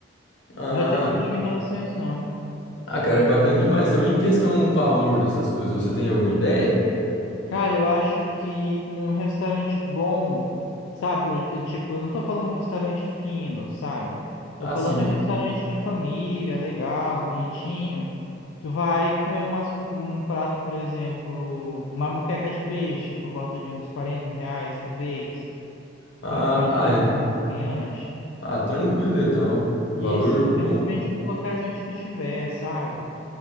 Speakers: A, on the left; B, on the left.
A: Ah.
B: Não vai ter problema em relação a isso, não.
A: Ah, cara, é bacana demais. Então, em questão valor dessas coisas, você tem alguma ideia?
B: Cara, eu acho que num restaurante bom, sabe? eu- eu, Tipo, eu não tô falando restaurante fino, sabe?
A: Ah,
B: Tô falando
A: sim.
B: em um restaurante de família, legal, bonitinho. Tu vai comer umas, co- um prato, por exemplo, uma moqueca de peixe por volta de uns 40 reais, talvez,
A: Ah,
B: pra, pra
A: ah,
B: ti,
A: é.
B: pra um acompanhante.
A: Ah, tranquilo então. Valor
B: Isso,
A: bom.
B: mas depende dos locais onde tu estiver, sabe?